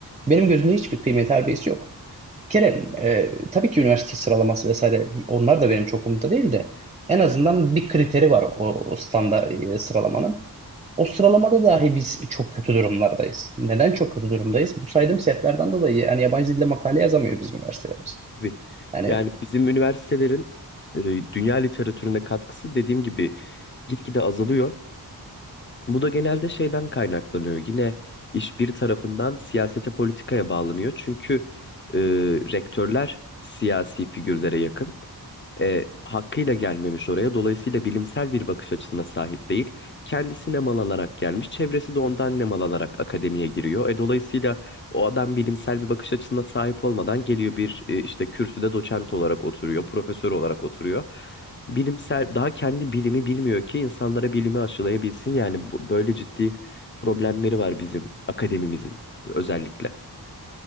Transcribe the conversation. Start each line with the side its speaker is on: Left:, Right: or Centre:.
Right: benim gözümde hiçbir kıymet harbiyesi yok. Bir kere e, tabii ki üniversite sıralaması vesaire onlar da benim çok umurumda değil de en azından bir kriteri var o, o standart e, sıralamanın. O sıralamada dahi biz çok kötü durumlardayız. Neden çok kötü durumdayız? Bu saydığım sebeplerden dolayı yani yabancı dilde makale yazamıyor bizim üniversitelerimiz.
Left: Tabii.
Right: Yani
Left: Yani bizim üniversitelerin e, dünya literatürüne katkısı dediğim gibi gitgide azalıyor. Bu da genelde şeyden kaynaklanıyor. Yine iş bir tarafından siyasete politikaya bağlanıyor. Çünkü e, rektörler siyasi figürlere yakın. e, hakkıyla gelmemiş oraya. Dolayısıyla bilimsel bir bakış açısına sahip değil. Kendisi nem alarak gelmiş. Çevresi de ondan nem alarak akademiye giriyor. E, dolayısıyla o adam bilimsel bir bakış açısına sahip olmadan geliyor bir e, işte kürsüde doçent olarak oturuyor, profesör olarak oturuyor. Bilimsel daha kendi bilimi bilmiyor ki insanlara bilimi aşılayabilsin. Yani bu- böyle ciddi problemleri var bizim akademimizin özellikle.